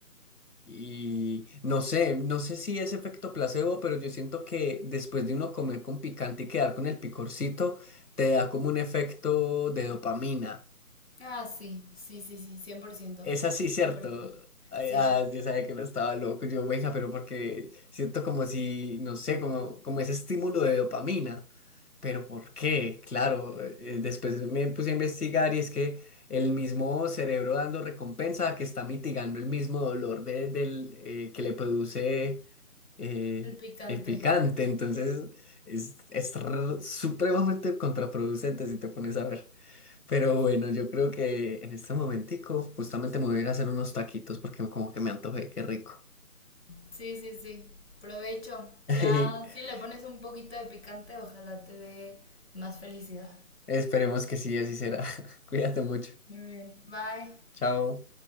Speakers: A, on the left; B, on the left.
A: y, y no sé, no sé si es efecto placebo, pero yo siento que después de uno comer con picante y quedar con el picorcito, te da como un efecto de dopamina.
B: Ah, sí, sí, sí, sí, cien cien por ciento,
A: Es así,
B: cien
A: ¿cierto?
B: por ciento,
A: Ay,
B: Sí,
A: ah, yo sabía que no estaba loco, yo, venga, pero porque siento como si, no sé, como, como ese estímulo de dopamina. Pero ¿por qué? Claro, eh, después me puse a investigar y es que el mismo cerebro dando recompensa que está mitigando el mismo dolor de- del, eh, que le produce eh,
B: el picante.
A: el picante. Entonces es, es r- supremamente contraproducente si te pones a ver. Pero
B: sí.
A: bueno, yo creo que en este momentico justamente me voy a ir a hacer unos taquitos porque como que me antojé, qué rico.
B: Sí, sí, sí. Provecho. Ya,
A: <laughs>
B: si le pones un poquito de picante, ojalá te dé más felicidad.
A: Y esperemos que sí, así será. <laughs> Cuídate mucho.
B: Muy bien. Bye.
A: Chao.